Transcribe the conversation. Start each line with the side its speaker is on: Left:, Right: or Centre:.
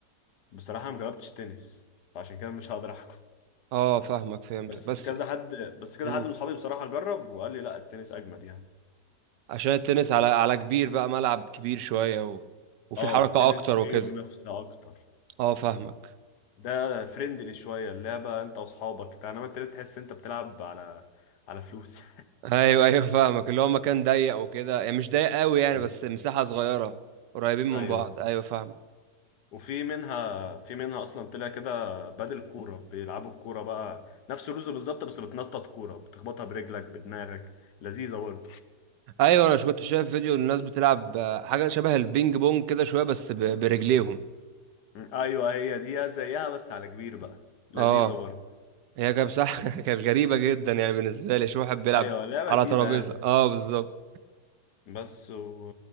Left: بصراحة ما جربتش تنس فعشان كده مش هقدر أحكم
Right: اه فاهمك فهمت
Left: بس
Right: بس
Left: كذا حد بس كذا
Right: مم.
Left: حد من صحابي بصراحة جرب وقال لي لا التنس أجمد يعني
Right: عشان التنس على على كبير بقى ملعب كبير شويه و... وفي
Left: اه
Right: حركه
Left: التنس
Right: اكتر
Left: فيه
Right: وكده
Left: منافسة أكتر
Right: اه فاهمك
Left: ده فريندلي شوية اللعبة انت واصحابك انما انت ليه تحس انت بتلعب على على فلوس
Right: ايوه ايوه فاهمك اللي هو مكان ضيق وكده يعني مش ضيق
Left: <laughs>
Right: قوي يعني
Left: بالظبط
Right: بس مساحه صغيره قريبين من
Left: ايوه
Right: بعض ايوه فاهم
Left: وفي منها في منها اصلا طلع كده بدل كورة بيلعبوا بكورة بقى نفس الرز بالظبط بس بتنطط كورة بتخبطها برجلك بدماغك لذيذة برضه
Right: ايوه انا مش كنت شايف فيديو الناس بتلعب آه، حاجه شبه البينج بونج كده شويه بس ب- برجليهم
Left: م، ايوه هي دي زيها بس على كبير بقى لذيذة
Right: اه
Left: برضه
Right: هي كانت بصراحه <laughs> كانت غريبه جدا يعني بالنسبه لي شو واحد بيلعب
Left: ايوه لعبة
Right: على
Left: جديدة
Right: ترابيزه
Left: يعني
Right: اه بالظبط
Left: بس و...